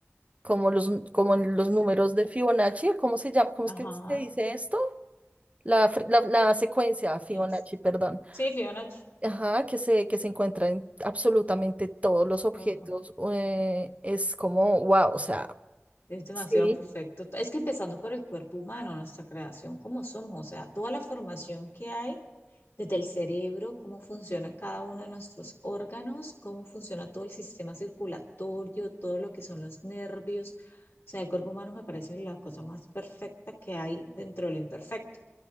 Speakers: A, on the right (about 30°); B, on the left (about 60°).
A: como los, como los números de Fibonacci, ¿cómo se llama? ¿Cómo
B: Ajá.
A: es que se dice esto? La, fre- la, la secuencia Fibonacci,
B: Las...
A: perdón.
B: Sí, Fiona, ch-
A: Ajá, que se, que se encuentra en absolutamente todos los objetos.
B: lo-
A: eh, es como, wow, o sea.
B: es demasiado
A: Sí,
B: perfecto. Es que empezando por el cuerpo humano, nuestra creación como somos, o sea, toda la formación que hay desde el cerebro, cómo funciona cada uno de nuestros órganos, cómo funciona todo el sistema circulatorio, todo lo que son los nervios. O sea, el cuerpo humano me parece la cosa más perfecta que hay dentro de lo imperfecto,